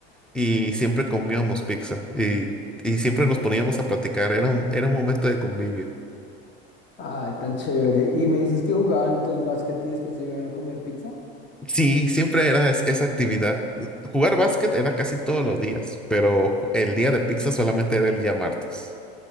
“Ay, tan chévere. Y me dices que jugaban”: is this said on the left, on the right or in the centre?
Left